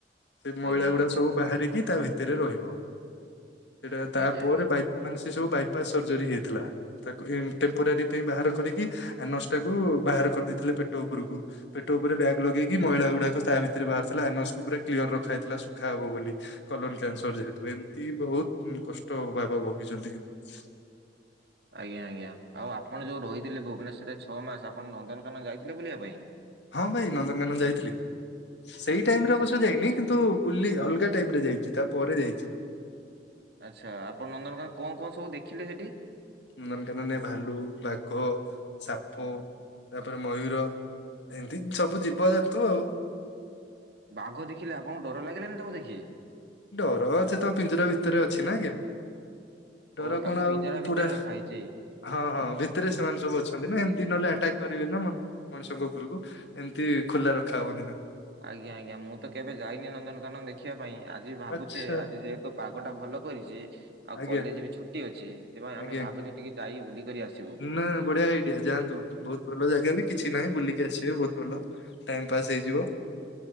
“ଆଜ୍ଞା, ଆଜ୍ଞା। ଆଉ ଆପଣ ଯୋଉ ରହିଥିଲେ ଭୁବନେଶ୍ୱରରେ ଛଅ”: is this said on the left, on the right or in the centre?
Right